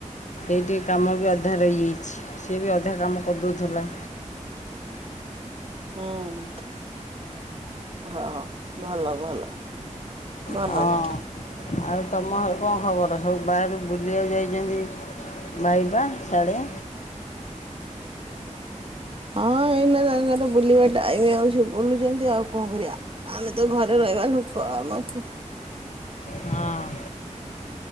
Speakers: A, on the left; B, on the right.
A: ଏଠି କାମ ବି ଅଧା ରହିଯାଇଛି ସେବି ଅଧା କାମ କରିଦଉଥିଲା।
B: ହୁଁ ହଁ ଭଲ ଭଲ। ଭଲ
A: ହଁ
B: ଭଲ।
A: ଆଉ ତମ କଣ ଖବର ସବୁ ବାହାରୁ ବୁଲିବାକୁ ଯାଇଛନ୍ତି। ବାଇବା ଶ଼େ
B: ହଁ ଏଇନେ ଜା ର ବୁଲିବା ଟାଇମ ଆଉ ସେ ବୁଲୁଛନ୍ତି ଆଉ କଣ କରିବା ଆମେ ତ ଘରେ ରହିବା ଲୋକ ଆମକୁ
A: ହଁ।